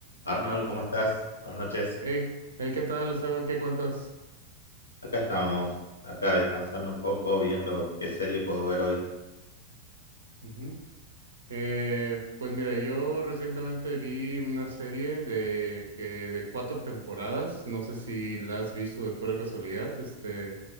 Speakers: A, on the left; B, on the right.
A: Arnold, ¿cómo estás? Buenas noches.
B: Hey, hey, ¿qué tal, Esteban? ¿Qué cuentas?
A: Acá estamos, acá descansando un poco, viendo qué serie puedo ver hoy.
B: Ujú. Eh, pues mira, yo recientemente vi una serie de que de cuatro temporadas. No sé si la has visto de pura casualidad. Este